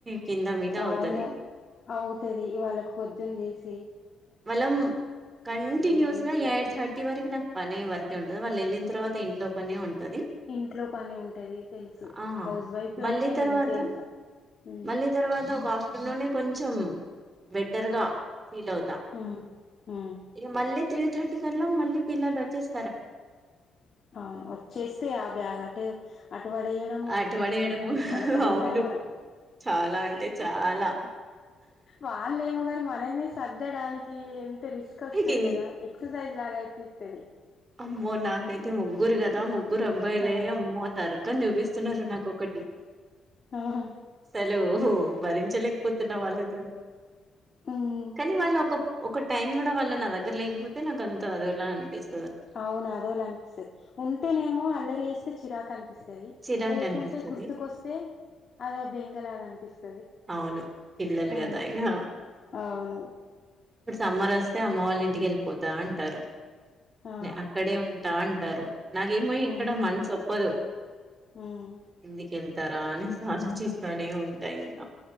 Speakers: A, on the right; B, on the left.
A: కింద మీద అవుతది
B: అవును అవుతది వాళ్ళకు పొద్దున్న లెసి
A: మళ్ళం కంటిన్యూస్
B: ఇవి
A: గా ఎయిట్ థర్టీ వరకు నాకు పనె ఉంటది వాళ్ళు వెళ్ళిన తరువాత ఇంట్లోనే పనే ఉంటది
B: ఇంట్లో పని ఉంటది తెలుసు
A: ఆ
B: హౌస్ వైఫ్ లు
A: మళ్ళీ
B: అంటే
A: తర్వాత
B: ఇంతే ఇంకా ఉమ్
A: మళ్ళీ తర్వాత ఒక ఆఫ్టర్నూనే కొంచెం బెటర్గా ఫీల్ అవుతా
B: ఉమ్ ఉమ్
A: ఇక మళ్ళీ త్రీ థర్టీ కలా మళ్ళీ పిల్లలు వచ్చేస్.
B: అవును వచ్చేస్తే ఆ బ్యాగ్ అటే అటు పడైయడము
A: ఆట పడేయడము
B: చాలా గందరగోళం
A: అవును చాలా అంటే చాలా
B: వాళ్ళ ఏమో కాని మనమే. సర్దడానికి ఎంత రిస్క్ వస్తది.
A: కిన్
B: కదా ఎక్సర్సైజ్ లాగా అయితే చేస్తది
A: అమ్మో నాకైతే ముగ్గురు కదా ముగ్గురు అబ్బాయిలే
B: ఆ
A: అమ్మో నరకం చూపిస్తున్నారు నాక్కోటి
B: ఆహా
A: హలో భరించలేకపోతున్నా వాళ్ళతోని
B: ఉమ్
A: కానీ వాళ్ళు ఒక ఒక టైమ్ కూడా వాళ్ళ నా దగ్గర లేకపోతే నాకు అంత అదోలా అనిపిస్తుంది.
B: అవును అదోల అనిపిస్తది. ఉంటేనేమో అల్లరి చేస్తే చిరాకు అనిపిస్తది.
A: చిరాకు
B: లేకుంటే
A: అనిపిస్తది
B: గుర్తుకొస్తే అదో బెంగలాగా అనిపిస్తది.
A: అవును పిల్లలు
B: ఆ
A: కదా ఇగా
B: అవును
A: ఇప్పుడు సమ్మర్ వస్తే అమ్మ వాళ్ళ ఇంటికి వెళ్ళిపోతా అంటారు.
B: ఆ
A: అక్కడే ఉంటా. టారు నాకేమో ఇక్కడ
B: ఉమ్
A: మనసు ఒప్పదు.
B: ఉమ్
A: ఎందుకు వెళ్తారా అనే ఆలోచిస్త. అనే ఉంటాయి ఇంకా